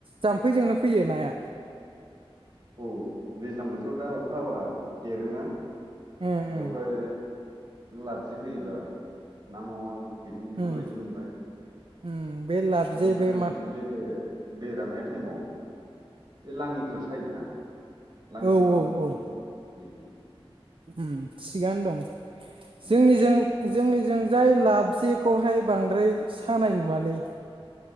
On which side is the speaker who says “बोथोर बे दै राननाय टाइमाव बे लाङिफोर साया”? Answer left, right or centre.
Right